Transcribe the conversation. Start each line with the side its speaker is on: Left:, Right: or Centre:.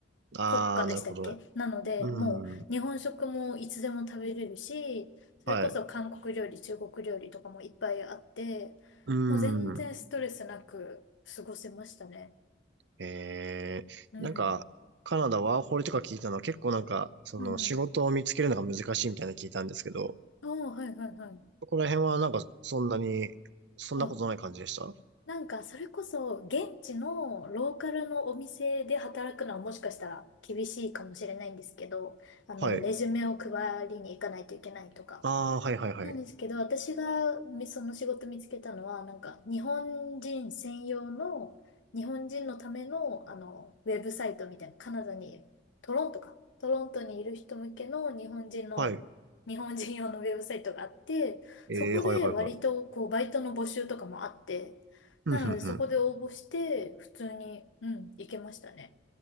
Right: あー、
Left: 国家でしたっけなので、
Right: なるほど。うん。
Left: もう日本食もいつでも食べれるし、それこそ韓国料理、
Right: はい。
Left: 中国料理とかもいっぱいあって、
Right: うん。
Left: もう全然ストレスなく過ごせましたね。
Right: えー、
Left: うん。
Right: なんか、カナダワーホリとか聞いたのは結構なんか、その仕事を見つけるのが難しいみたいなの聞いたんですけど、
Left: うんうん。おー、はいはいはい。
Right: ここら辺はなんかそんなに、そんなことない感じでした
Left: あ、なんかそれこそ現地のローカルのお店で働くのはもしかしたら厳しいかもしれないんですけど、あの、
Right: はい。
Left: レジュメを配りに行かないといけないとか。
Right: ああ、はいはいはい。
Left: なんですけど、私がみその仕事見つけたのは、なんか日本人専用の、日本人のための、あの、ウェブサイトみたいな、カナダに、トロントか、トロントにいる人向けの日本人の、
Right: はい。
Left: 日本人用のウェブサイトがあって、
Right: えー、
Left: そこで割とこう、
Right: はいはいはい。
Left: バイトの募集とかもあって、
Right: うん、
Left: なのでそこで応募して、
Right: ふんふん。
Left: 普通に、うん、行けましたね。